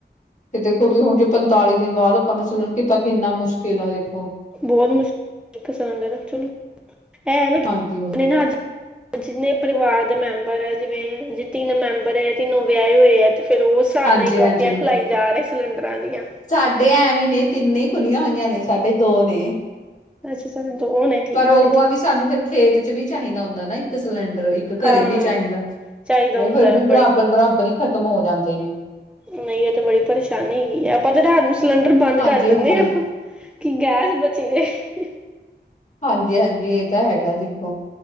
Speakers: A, on the left; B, in the centre.
A: ਤੇ ਦੇਖੋ ਵੀ
B: ਚਲੋ
A: ਹੁਣ ਜੇ ਪੰਤਾਲੀ ਦਿਨ ਬਾਅਦ ਆਪਾਂ ਨੂੰ ਸਲਾ ਕੀਤਾ ਕਿੰਨਾ ਮੁਸ਼ਕਿਲ ਆ ਦੇਖੋ।
B: ਬਹੁਤ ਮੁਸ਼ਕਿਲ ਇੱਕ ਦਾ ਚਲੋ ਐਵੈ
A: ਹਾਂਜੀ-ਹਾਂਜੀ,
B: ਅੱਜ। ਜਿੰਨੇ ਪਰਿਵਾਰ ਦੇ ਮੈਂਬਰ ਹੈ ਜਿਵੇਂ ਜੇ ਤਿੰਨ ਮੈਂਬਰ ਹੈ ਤਿੰਨੋ ਵਿਆਹੇ ਹੋਏ ਹੈ ਤੇ ਫ਼ਿਰ ਉਸ। ਹਿਸਾਬ
A: ਹਾਂਜੀ-ਹਾਂਜੀ।
B: ਨਾ ਹੀ ਕਾਪੀਆਂ ਖੁਲਾਈ ਜਾ ਰਹੇ ਸਿਲੰਡਰਾਂ ਦੀਆਂ।
A: ਸਾਡੇ ਐਵੇਂ ਨੇ ਤਿੰਨ ਹੀ ਖੁੱਲੀਆਂ ਹੋਈਆਂ ਨੇ ਸਾਡੇ ਦੋ ਨੇ।
B: ਅੱਛਾ ਛ ਦੋਨ ਹੈ।
A: ਪਰ ਉਹ
B: ਠੀਕ
A: ਆ ਵੀ ਸਾਨੂੰ
B: ਹੈ।
A: ਫਿਰ ਖੇਤ 'ਚ ਵੀ ਚਾਹੀਦਾ ਹੁੰਦਾ ਨਾ ਇੱਕ ਸਿਲੰਡਰ। ਰ ਇੱਕ ਘਰੇ
B: ਹਾਂ
A: ਵੀ ਚਾਹੀਦਾ
B: ਚਾਹੀਦਾ ਹੁੰਦਾ
A: ਉਹ ਫਿਰ
B: ਹੈ
A: ਵੀ
B: ਬੜੀ
A: ਬਰਾਬਰ-ਬਰਾਬਰ ਹੀ ਖ਼ਤਮ ਹੋ ਜਾਂਦੇ ਨੇ।
B: ਨਹੀਂ ਇਹ ਤੇ ਬੜੀ ਪਰੇਸ਼ਾਨੀ ਹੀ ਹਾ ਆ ਆਪਾਂ ਤੇ ਡਰ ਨੂੰ ਸਿਲੰਡਰ ਬੰਦ
A: ਹਾਂਜੀ-ਹਾਂਜੀ।
B: ਕਰ ਦਿੰਨੇ ਆਾਂ ਕਿ ਗੈਸ ਬਚੀ ਰਹੇ।
A: ਹਾਂਜੀ ਹਾਂਜੀ ਇਹ ਤਾਂ ਹੈਗਾ ਜੀ।